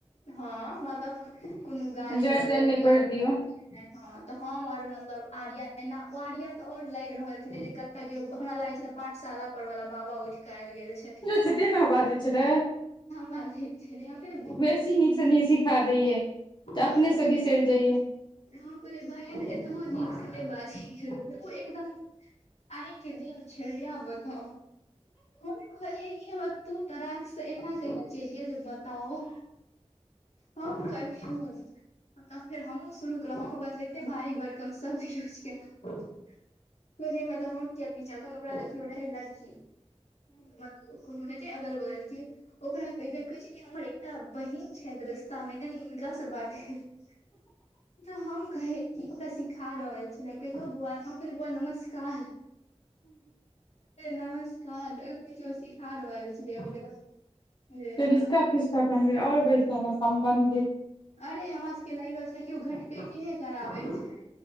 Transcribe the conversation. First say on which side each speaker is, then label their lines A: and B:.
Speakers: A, on the left; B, on the left.
A: हँ मतलब कोनो गाली
B: जड़ि
A: गलोज
B: तड़ि नहि
A: या
B: पड़ि दियौ
A: हँ तऽ हम आओर मतलब आर्या एना आर्या तऽ आओर लागि रहल छलै जे कते काकि हमरा लागे छै ने पाठशाला पर वाला बाबा उठ केे आब गेल छै ने
B: जे छुट्टी ने बाजै छलै
A: बाजै छलै हम कहलिये
B: सी नीक से नीक सिखा देयया
A: हम
B: अपने से
A: कहलियै
B: बिसरि जइया
A: हम कहलियै भैन एतबो नीकसँ नहि बाजै ओ एकदम आइ के दिन छै इ बताउ कथी कहलिये तू तराक से एना कले चलिये जे बताओ त हम कंफ्युज तब फेर हमहूँ शुरू केलहुँ हम ओकरासँ एते भारी बरकम सभ यूज केलहूँ कहय के मतलब किये पीछा ओकरा लिय रहै लड़की मतलब कोनो हेतै अगल बगल के ओकरा देखै छी कि हमरा एकटा बहिन छथि रस्ता मे कनि हिनका से बात भेल त हम कहे क ओकरा सिखा रहल छै कहियौ बौआ हम कहलियै बौआ नमस्कार नमस्कार सिखा रहल छै वगैरह जे ना
B: रिश्ता फिस्टा बने और बैसे ह सम्बंधित
A: अरे हमरा सबके लागि रहल छै किओ घटकैती नहि कराबैत छै